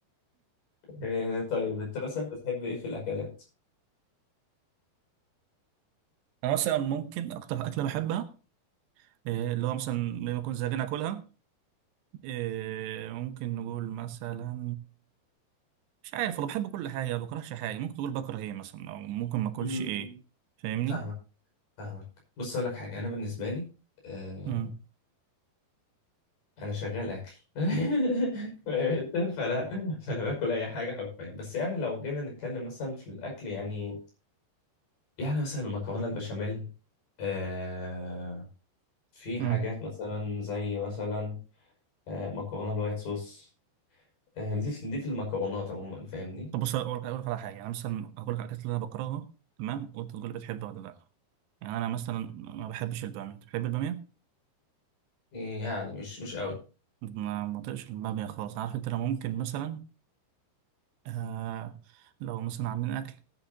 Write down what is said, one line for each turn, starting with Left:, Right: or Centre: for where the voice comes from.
Left: <laughs> إيه، طيب انت مثلا بتحب ايه في الاكلات
Right: انا مثلا ممكن اكتر اكله بحبها آه، اللي هو مثلا لما اكون زهقان اكلها آه، ممكن نقول مثلا مش عارف والله بحب كل حاجة ما بكرهش حاجة ممكن تقول بكره ايه مثلا او ممكن ما اكلش
Left: مم.
Right: ايه فاهمني؟
Left: فاهمك فاهمك بص اقول لك حاجه انا بالنسبه لي آه
Right: امم
Left: انا شغال اكل <laughs> فاهم أنت؟ فانا فانا باكل اي حاجه حرفيا بس يعني لو جينا نتكلم مثلا في الاكل يعني يعني مثلا المكرونه البشاميل آه في حاجات
Right: امم
Left: مثلا زي مثلا آه مكرونه الوايت صوص آه دي في دي في المكرونات عموما فاهمني
Right: <laughs> طب بص اقول لك أقول لك على حاجة يعني انا مثلا هقول لك على الاكلات اللي انا بكرهها تمام وانت تقول لي بتحبها ولا لا يعني انا مثلا ما بحبش البامية بتحب البامية؟
Left: يعني مش مش قوي
Right: ما ما بطيقش البامية خالص عارف انت انا ممكن مثلا آه لو مثلا عاملين اكل